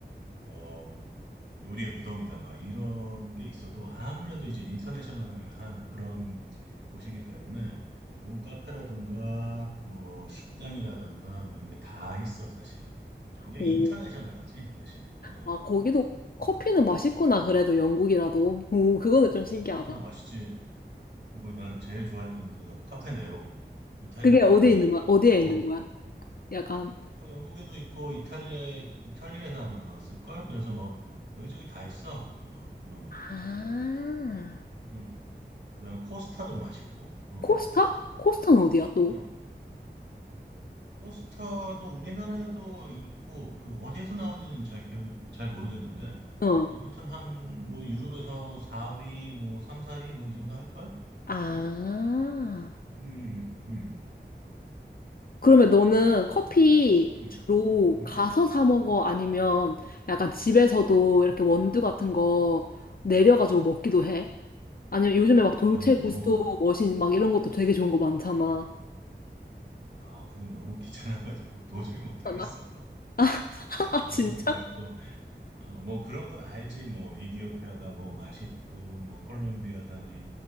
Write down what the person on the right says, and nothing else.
뭐 요리의 무덤이다 막 이런 게 있어도 아무래도 이제 인터내셔널한 그런 곳이기 때문에 좋은 카페라든가 뭐 식당이라든가 뭐 이런 게 다 있어 사실은. 굉장히
인터내셔널하지 사실. 어,
뭐 맛있지. 그리고 나는 제일 좋아했던 데가 카페네로 이탈리아
건데,
어,
어, 영국에도 있고 이탈리아에 이탈리아에서 아마 나왔을 걸. 그래서 뭐 여기저기 다 있어 그거. 응,
응. 그다음에 코스타도 맛있고. 응,
응. 코스타도 우리나라에도 있고 그 어디에서 나온지는 잘 기억이 잘 모르겠는데
아무튼 한 뭐 유럽에서 4위 뭐 3, 4위 뭐 이 정도 할 걸?
그래도. 음, 음,
음,
음, 음.
음.
아
그거는
너무
아 그건 너무 <laughs> 귀찮아가지고 도저히 못하겠어.
<laughs>
도저히
못하겠고. 어, 뭐 그런 건 알지. 뭐 이디오피아가 뭐 맛있고 뭐 콜롬비아산이